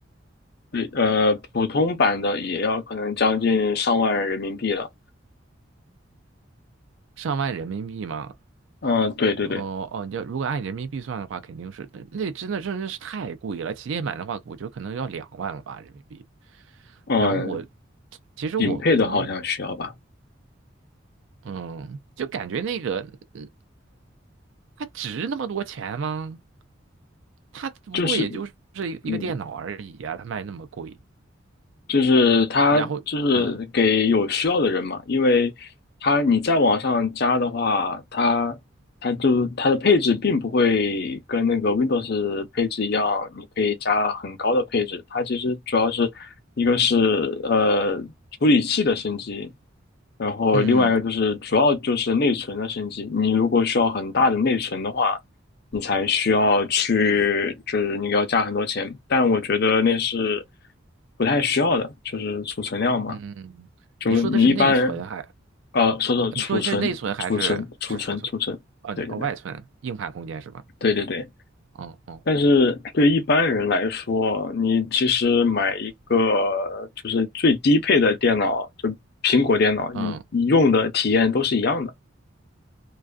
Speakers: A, on the left (about 55°); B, on the right (about 75°).
A: 对，呃，普通版的也要可能将近上万人民币了。
B: 上万人民币吗？
A: 嗯、对对对，
B: 哦哦，你要如果按人民币算的话，肯定是那真的真的是太贵了。旗舰版的话，我觉得可能要两万了吧人民币。
A: 嗯、
B: 然后我其实我我们
A: 顶配的好像需要吧，
B: 嗯，就感觉那个嗯它值那么多钱吗？它不过也就是一一个电脑而已啊，
A: 就是。嗯。
B: 它卖那么贵。
A: 就是它就是给有需要的人嘛，
B: 然后嗯
A: 因为它你在网上加的话，它它就它的配置并不会跟那个 Windows 配置一样，你可以加很高的配置。它其实主要是一个是呃处理器的升级，然后另外一个就是主要就是内存的升级。
B: 嗯
A: 你如果需要很大的内存的话，你才需要去，就是你要加很多钱。但我觉得那是不太需要的，就是储存量嘛。
B: 嗯，嗯嗯你说的是内存还？
A: 就是你一般人，呃，说说储存、
B: 你说的是内存还是是储存？
A: 储存、储存、储存，
B: 呃，
A: 对对对
B: 哦，外存，硬盘空间是吧？
A: 对对对。
B: 哦哦，
A: 但是对一般人来说，你其实买一个就是最低配的电脑，就苹果电脑，
B: 嗯
A: 你你用的体验都是一样的。